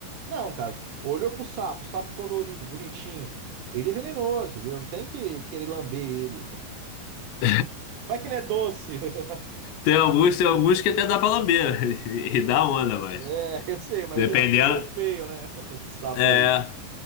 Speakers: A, on the right; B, on the left.
A: Não, cara. Olhou pro sapo, sapo colorido, bonitinho. Ele é venenoso, entendeu? Não tem que querer lamber ele.
B: <laughs>
A: <laughs> Vai que ele é doce. <laughs>
B: Tem alguns, tem alguns que até dá pra lamber <laughs> e dá onda, mas
A: É, eu sei, mas
B: dependendo,
A: geralmente eles são feios, né? <laughs> Esse sapo
B: é,
A: aí.